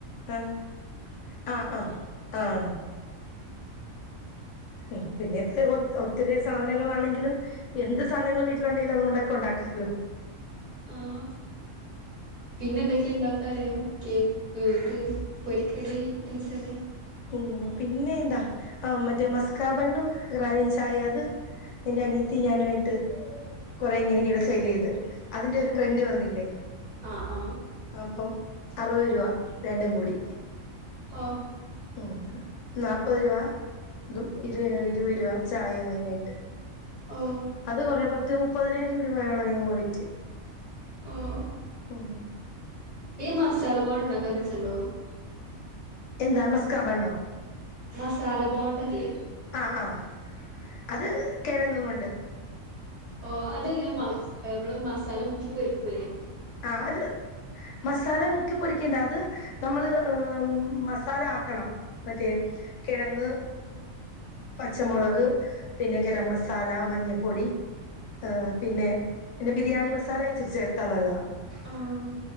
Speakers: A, on the left (about 65°); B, on the right (about 30°).
A: ആഹ് ആഹ് ആഹ് ആഹ് ഉം പിന്നെപ്പ <unintelligible> ഒത്തിരി സാധനങ്ങളാണെങ്കിലും എന്ത് സാധനങ്ങൾ വീട്ടിലുണ്ടെങ്കിലും അതുകൊണ്ടൊക്കെ ഉണ്ടാക്കാല്ലോ
B: ആഹ് പിന്നെ എന്തൊക്കെയ ഉണ്ടാക്കാറ് കേക്ക് ഏത് പൊരിക്കടി ഐറ്റംസ് തന്നെ
A: ഉം പിന്നെ എന്താ ആഹ് മറ്റേ മസ്കാബണ്ണും ഇറാനി ചായെ അത് എന്റെ അനിയത്തി ഞാനു ആയിട്ട് കൊറെ ഇങ്ങനെ ഇയെടെ സെയില് ചെയ്ത് അതിന്റെ ഒരു
B: ആഹ്
A: ട്രെൻഡ് വന്നില്ലേ
B: ആഹ്
A: അപ്പം അറുപത് രൂപ രണ്ടും കൂടി
B: ആഹ്
A: ഉം നാപ്പത് രൂപ ഇതും ഇരു ഇരുപത് രൂപ ചായ അങ്ങനെയായിട്ട്
B: ഓ ഓ
A: അത് കൊറേ പത്ത് മുപ്പതിനായിരം രൂപയൊള്ളം ഞങ്ങള് വിറ്റ്
B: ഓഹ്
A: ഉം
B: ഈ മസാല <unintelligible>
A: എന്താ മസ്കാബണ്ണോ
B: മസാല ബോണ്ടല്ലേ
A: ആഹ് ആഹ് അത് കേഴങ്ങും കൊണ്ട്
B: ഓഹ് അതെങ്ങനെ നമ്മള് മസാല മുക്കി പൊരിക്കൂല്ലേ
A: ആഹ് അല്ല മസാല മുക്കി പൊരിക്കേണ്ട അത് നമ്മള് ഏഹ് മസാല ആ ക്കണം മറ്റേ കെഴങ്ങ്, പച്ചമോളക് പിന്നെ ഗരം മസാല, മഞ്ഞപ്പൊടി ഏഹ് പിന്നെ പിന്നെ ബിരിയാണി മസാല ഇച്ചിരി ചേർത്താ നല്ലതാ
B: ആഹ്